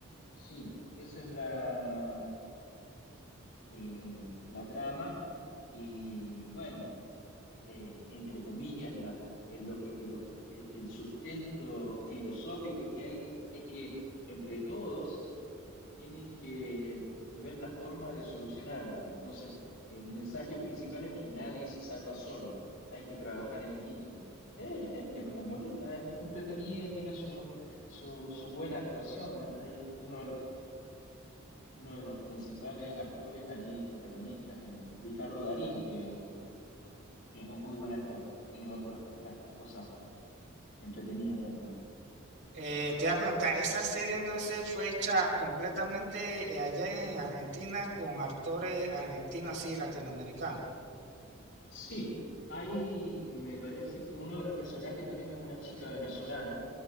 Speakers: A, on the left (about 65°); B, on the right (about 55°).
A: sí, esa es la el- el- la trama y bueno, eh, entre comillas, la, eh, lo que, lo- el, el sustento filosófico que hay es que entre todos tienen que ver la forma de solucionarlo. Entonces, el mensaje principal es que nadie se salva solo, hay que trabajar en equipo. Es, es- es- es bonita,
B: mm.
A: es entretenida y tiene su, su, su buena actuación. Hay uno de los uno de los principales actores ahí, protagonistas, el Ricardo Darín, que, que es un muy buen actor. Tiene otras otras cosas entretenidas también.
B: Eh, te iba a preguntar, ¿esa serie entonces fue hecha completamente eh, allá en Argentina con actores argentinos así latinoamericanos?
A: Sí, hay, me parece que uno de los personajes también es una chica venezolana.